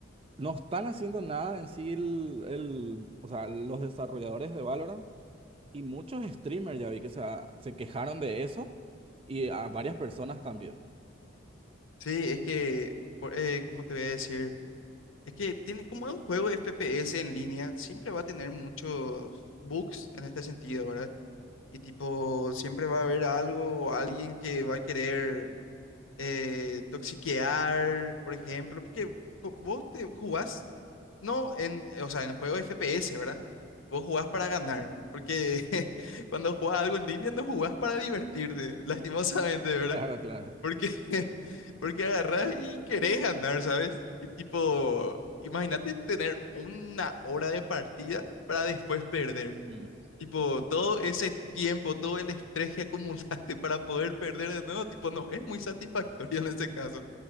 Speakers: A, on the right (about 25°); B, on the left (about 80°).
A: no están haciendo nada en sí el, el- o sea, los desarrolladores de Valorant y muchos streamers ya vi que se, se quejaron de eso y a varias personas también. <laughs>
B: Sí, es que, por- eh, ¿cómo te voy a decir? Es que tiene, como es un juego FPS en línea, siempre va a tener muchos bugs en este sentido, ¿verdad? Y tipo, siempre va a haber algo o alguien que va a querer eh, toxiquear, por ejemplo, porque co- vos te jugás, no en, eh, o sea, en juegos FPS, ¿verdad? Vos jugás para ganar, porque <laughs> cuando jugás algo en línea no jugás para divertirte, <laughs> lastimosamente, ¿verdad?
A: Claro, claro.
B: Porque, <laughs> porque agarrás y querés ganar, ¿sabes? Y tipo, imagínate tener una hora de partida para después perder.
A: Mm.
B: Tipo, todo ese tiempo, todo el estrés que <laughs> acumulaste para poder perder de nuevo, tipo, no, es muy satisfactorio en ese caso.